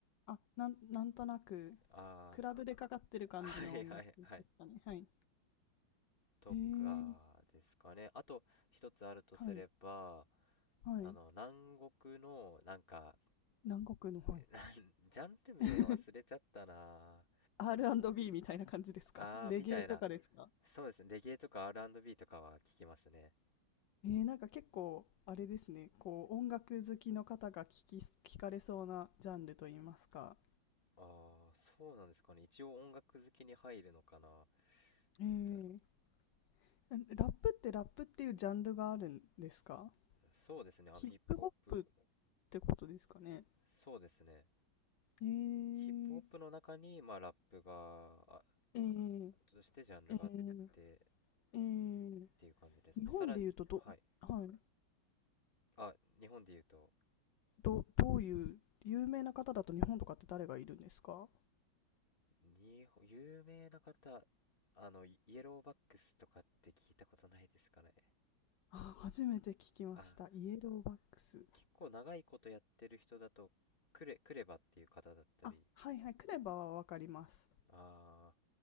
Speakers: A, on the left; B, on the left.
A: あ、なん、なんとなく
B: あ
A: クラブでかかってる感じの音楽ですかね。
B: あー、<laughs> はいはいはい。
A: はい。
B: とかですかね。
A: ええ
B: あと、一つあるとすれば、
A: はいはい。
B: あの、南国の、なんか、
A: 南国の、はい。
B: <laughs> ジャンル名忘れちゃったな
A: <laughs> R&B みたいな感じですかレゲエとかですか
B: ああー、みたいな。そうですね。レゲエとか R&B とかは聞きますね。
A: えー、なんか結構、あれですね、こう、音楽好きの方が聞き、聞かれそうなジャンルといいますか。
B: ああ、そうなんですかね。一応音楽好きに入るのかな。
A: えー、
B: どうだろ
A: ラップってラップっていうジャンルがあるんですか
B: う。そうですね。あの、
A: ヒップホップっ
B: ヒップホップ
A: てことですかね
B: そうですね。
A: えー、
B: ヒップホップの中に、まあ、ラップが、あ、
A: えー、
B: としてジャンルがあってっ
A: えー、えー、
B: ていう感じですね。
A: 日本で言うとど、
B: さらに、はい。
A: はい、
B: あ、日本で言うと、
A: ど、どういう、有名な方だと日本とかって誰がいるんですか
B: にほ、有名な方、あの、イイエローバックスとかって聞いたことないですかね。
A: あ、初めて聞きました。
B: あ、
A: イエローバックス。
B: 結構長いことやってる人だと、クレ、クレバっていう方だったり、
A: あ、はいはい、クレバはわかります。
B: あ